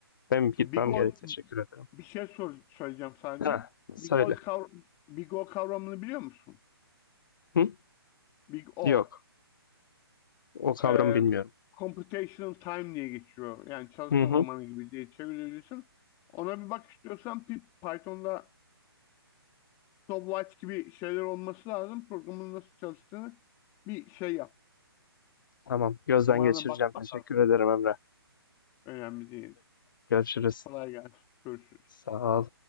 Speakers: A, on the left; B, on the left.
A: Benim gitmem
B: Big O
A: gerek. Teşekkür ederim.
B: bir şey sor, söyleyeceğim sadece.
A: Ha, söyle.
B: Big old kavram, Big O kavramını biliyor musun?
A: Hı?
B: Big O.
A: Yok. O kavramı
B: e,
A: bilmiyorum.
B: computational time diye geçiyor. Yani çalışma
A: Hı hı.
B: zamanı gibi diye çevirebilirsin. Ona bir bak istiyorsan Py- Python'da stopwatch gibi şeyler olması lazım. Programın nasıl çalıştığını bir şey yap.
A: Tamam. Gözden
B: Amana
A: geçireceğim.
B: bak
A: Teşekkür
B: bakalım.
A: ederim Emre.
B: Önemli değil.
A: Görüşürüz.
B: Kolay gelsin. Görüşürüz.
A: Sağ ol.